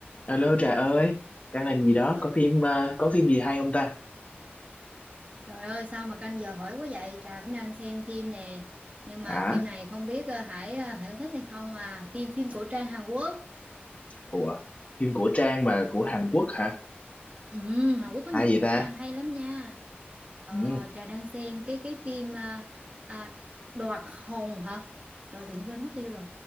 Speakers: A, on the left (about 35°); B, on the right (about 35°).
A: Alo Trà ơi, đang làm gì đó?
B: Ơ,
A: Có phim ờ, có phim gì hay không ta?
B: Trời ơi sao mà canh giờ hỏi quá vậy Trà cũng đang xem phim nè Nhưng mà
A: Hả?
B: phim này không biết ờ, Hải ờ, Hải có thích hay không à Phim phim cổ trang Hàn Quốc
A: Ủa, phim của Trang mà của Hàn Quốc hả?
B: Ừ, Hàn Quốc có nhiều
A: Hay
B: phim
A: vậy ta?
B: cổ trang hay lắm nha. Ờ,
A: Ừ.
B: Trà đang xem cái cái phim à, à, Đoạt Hồn hả? Rồi tự nhiên quên mất tiêu rồi.